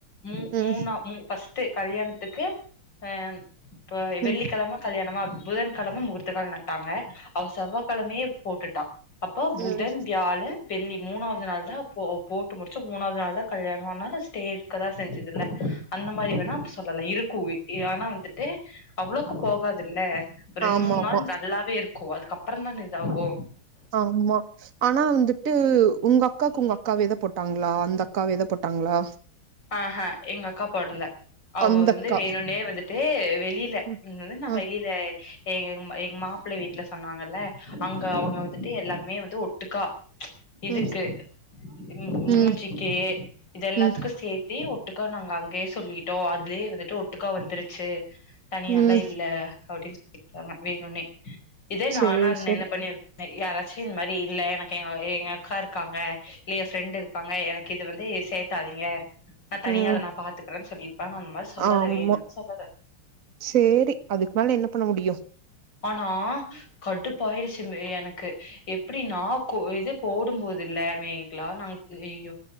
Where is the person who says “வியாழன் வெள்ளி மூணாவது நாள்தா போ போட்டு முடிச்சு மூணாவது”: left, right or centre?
Left